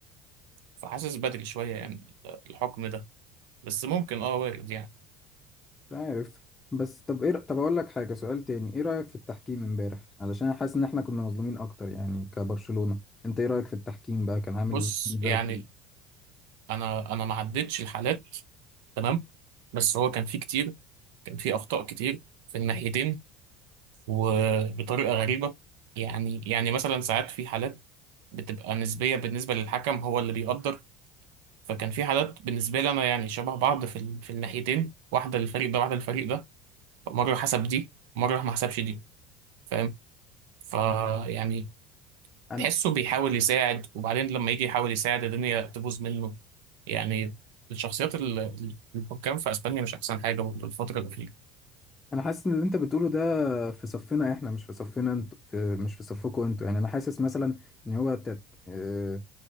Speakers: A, on the right; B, on the left.
A: فحاسس بدري شويه يعني الحكم ده بس ممكن اه وارد يعني
B: عارف بس طب ايه طب اقول لك حاجة سؤال تاني ايه رأيك في التحكيم امبارح علشان حاسس ان احنا كنا مظلومين اكتر يعني كبرشلونة انت ايه رأيك في التحكيم بقى كان عامل
A: بص
B: ازاي بالنسبة
A: يعني
B: لك؟
A: انا انا ما عدتش الحالات تمام بس هو كان في كتير كان في اخطاء كتير في الناحيتين وبطريقة غريبة يعني يعني مثلا ساعات في حالات بتبقى نسبية بالنسبة للحكم هو اللي بيقدر فكان في حالات بالنسبة لي أنا يعني شبه بعض في ال- في الناحيتين واحدة للفريق ده واحدة للفريق ده مرة حسب دي مرة ما حسبش دي فاهم فيعني
B: انا
A: تحسه بيحاول يساعد وبعدين لما يجي يحاول يساعد الدنيا تبوظ منه يعني الشخصيات ال- ال- الحكام في اسبانيا مش احسن حاجه برضه الفتره الاخيره
B: انا حاسس ان اللي انت بتقوله ده في صفنا احنا مش في صفنا انت في مش في صفكم انتوا يعني انا حاسس مثلا ان هو تت... آه،